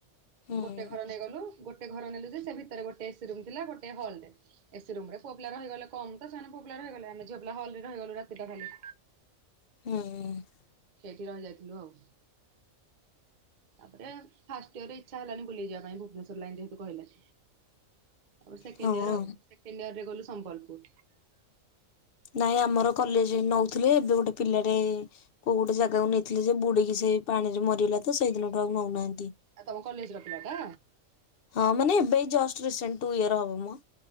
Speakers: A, on the left; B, on the right.
A: ହୁଁ।
B: ଗୋଟେ ଘର ନେଇଗଲୁ। ଗୋଟେ ଘର ନେଲୁ ଯେ ସେ ଭିତରେ ଗୋଟେ ଏସି ରୁମ ଥିଲା ଗୋଟେ ହଲଟେ। ଏସି ରୁମ ରେ ପୁଅ ପିଲା ରହିଗଲେ କମ ତ ସେମାନେ ପୁଅ ପିଲା ରହିଗଲେ। ଆମେ ଝିଅ ପିଲା ହଲରେ ରହିଗଲୁ ରାତିଟା ଖାଲି।
A: ହଁ।
B: ସେଇଠି ରହି ଯାଇଥିଲୁ ଆଉ। ତାପରେ ଫାଷ୍ଟ ଇୟରରେ ଇଚ୍ଛା ହେଲାନି ବୁଲଯିବା ପାଇଁ ଭୁବନେଶ୍ୱର ଲାଇନ୍ ଯେହେତୁ କହିଲେ। ଆ ସେକେଣ୍ଡ
A: ହଁ
B: ଇୟର ଆଉ ସେକେଣ୍ଡ ଇୟର ରେ ଗଲୁ ସମ୍ବଲପୁର।
A: ନାଇଁ ଆମର କଲେଜ ନଉଥିଲେ ଏବେ ଗୋଟେ ପିଲାଟେ କୋଉ ଗୋଟେ ଜାଗାକୁ ନେଇଥିଲେ ଯେ ବୁଡିକି ସେଇ ପାଣିରେ ମରିଗଲା ତ ସେଇଦିନଠୁ ଆଉ ନଉନାହାନ୍ତି।
B: ଆ ତମ କଲେଜର ପିଲା ଟା?
A: ହଁ ମାନେ ଏବେ ଜଷ୍ଟ ରିସେଣ୍ଟ ଟୁ ଇୟର ହବ ମ।